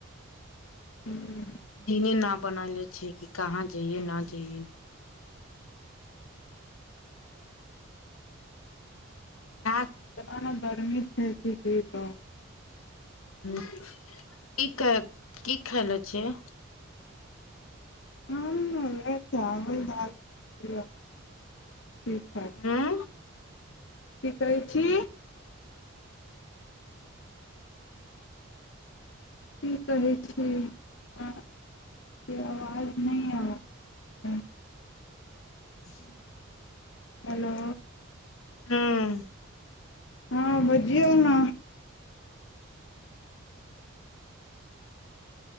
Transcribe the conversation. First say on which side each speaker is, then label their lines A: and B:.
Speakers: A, on the left; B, on the left.
A: <inaudible>
B: दिने ना बनैले छियै की कहाँ जयै ना जयै हाँ
A: इतना गर्मी छै की कहु
B: हूँ की कहै की खैले छियै
A: हम उहए चावल दालि खेलिअ ठीक है
B: हूं
A: की कहै छी की कहै छी अहाँ के आवाज नहि आबै या
B: <inaudible>
A: हेलो
B: हूँ
A: हूँ बजियो न